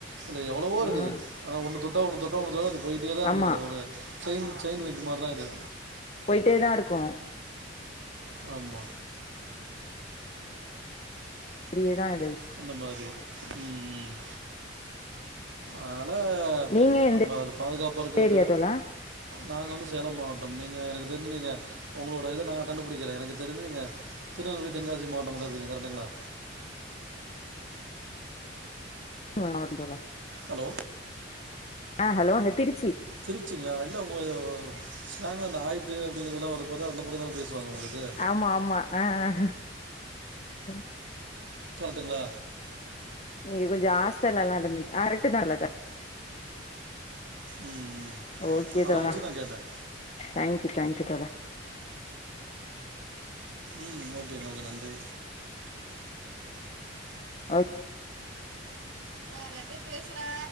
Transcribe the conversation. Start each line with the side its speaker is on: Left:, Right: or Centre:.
Right: இல்ல எவ்வளவோ இருக்குது
Left: ம்
Right: ஆன ஒன்னு தொட்ட ஒன்னு தொட் த <unintelligible> போயிட்டேதான் இருக்கும்ல்ல
Left: ஆமா
Right: ஒரு செயின் செயின்லிங்கு மாரிதான் இது
Left: போயிட்டே தா இருக்கு
Right: ஆமா
Left: பெரியேதான்
Right: அந்த மாதிரி உம்ம் அதனா
Left: நீங்க
Right: நமப
Left: எந்த
Right: அது பாதுகாப்பு இருக்கிறது
Left: ஏரியா தோழா
Right: நாங்க வந்து சே சேலம் மாவட்டம் நீங்க எனக்கு தெரிஞ்சு உங்களோட இத நா கண்டுபிடிக்கிறேன் எனக்கு தெரிஞ்சு நீங்க திருநெல்வேலி தென்காசி மாவட்டம்க்கப்பீங்க கரெக்டுங்களா
Left: <inaudible> தோழா
Right: ஹலோ
Left: ஆ ஹலோ அ திருச்சு
Right: திருச்சிங்களா இல்ல ஒரு ஸ்லங்கெல்லா ஆயிட்டு அப்படிங்கிறதுதல்லாம்வரும்போது அந்த பக்கம் தானே பேசுவாங்க உங்களுக்கு
Left: ஆமா ஆமா ஆஹ் ஆஹ் அ
Right: கரட்டுங்களா
Left: நீங்க கொஞ்சம் ஹாஸ்டல்லா எல்லா நடந்துட்டு அறக்குதல்லதான்
Right: ம் ம்.
Left: ஓகே
Right: அதை
Left: தோழ
Right: வச்சு நான் கேட்டேன்
Left: தேங் யூ தேங்யூ டதா
Right: உம் ஓகே ஓகே நன்றி
Left: ஓக்
Right: யார் யார்டியோ பேசுறே